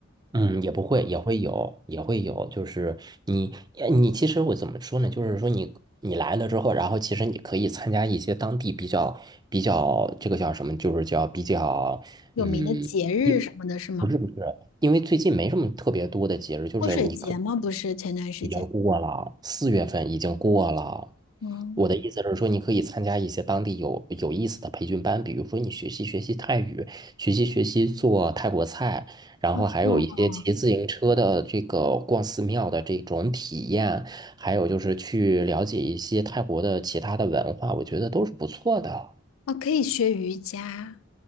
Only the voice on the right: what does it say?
嗯，也不会，也会有，也会有。就是你，呃你其实我怎么说呢？就是说你，你来了之后，然后其实你可以参加一些当地比较比较这个叫什么？就是叫比较，
嗯，因
不是不是，因为最近没什么特别多的节日，就是你可
已经过了，四月份已经过了。
我的意思是说，你可以参加一些当地有有意思的培训班，比如说你学习学习泰语，学习学习做泰国菜。然后还有一些骑自行车的这个逛寺庙的这种体验，
还有就是去了解一些泰国的其他的文化，我觉得都是不错的。